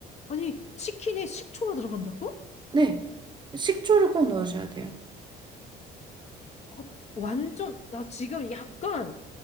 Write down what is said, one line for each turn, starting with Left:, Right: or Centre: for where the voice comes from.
Left: 아니, 치킨에 식초가 들어간다고?
Right: 네. 식초를 꼭 넣으셔야 돼요.
Left: 아, 완전, 나 지금 약간